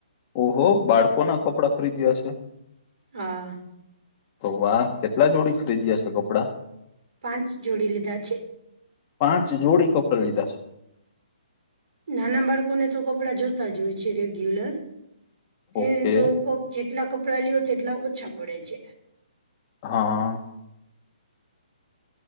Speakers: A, on the left; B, on the right.
A: ઓહો બાળકોના કપડા ખરીદ્યા છે
B: હ
A: તો વા કેટલા જોડી ખરીદ્યા છે કપડાં
B: પાંચ જોડી લીધા છે
A: પાંચ જોડી કપડા લીધા છે
B: નાના બાળકોને તો કપડાં જોતા જ હોય છે રેગ્યુલર તેને
A: ઓકે
B: તો જેટલા કપડાં લઓ તેટલા ઓછા પડે છે
A: હા